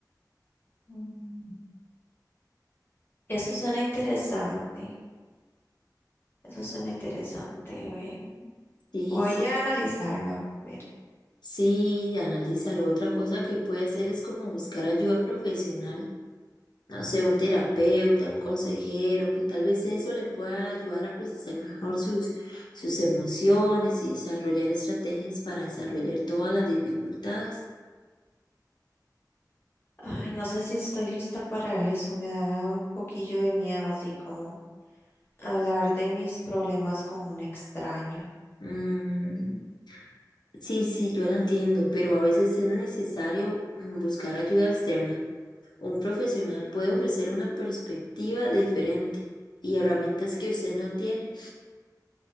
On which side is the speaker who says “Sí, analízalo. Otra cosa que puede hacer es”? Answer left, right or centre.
Left